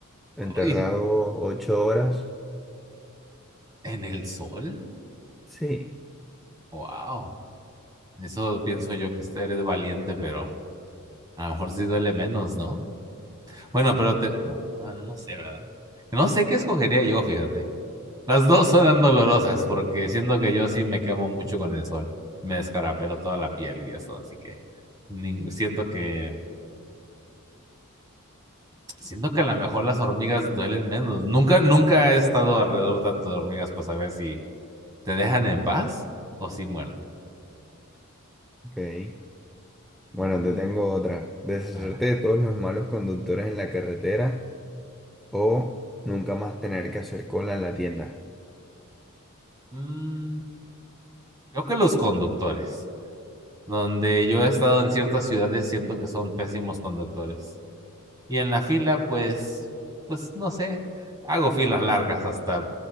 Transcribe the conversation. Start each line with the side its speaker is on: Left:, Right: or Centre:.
Centre: Enterrado
Right: ¡Ay!
Centre: ocho horas.
Right: ¿En el sol?
Centre: Sí.
Right: ¡Wow! Eso pienso yo que este eres valiente, pero a lo mejor sí duele menos, ¿no? Bueno, pero te... oh, Bueno, no sé, ¿verdad? No sé qué escogería yo, fíjate. Las dos suenan dolorosas porque siento que yo sí me quemo mucho con el sol. Me descarapelo toda la piel y eso, así que ni- siento que siento que a lo mejor las hormigas duelen menos. Nunca nunca he estado alrededor tanto de hormigas para saber si te dejan en paz o si muerden.
Centre: Ok. Bueno,
Right: Mm,
Centre: te tengo otra. Deshacerte
Right: mm, a ver.
Centre: de todos los malos conductores en la carretera o nunca más tener que hacer cola en la tienda.
Right: Mm, creo que los conductores. Donde yo he estado en ciertas ciudades siento que son pésimos conductores. Y en la fila, pues, pues no sé, hago filas largas hasta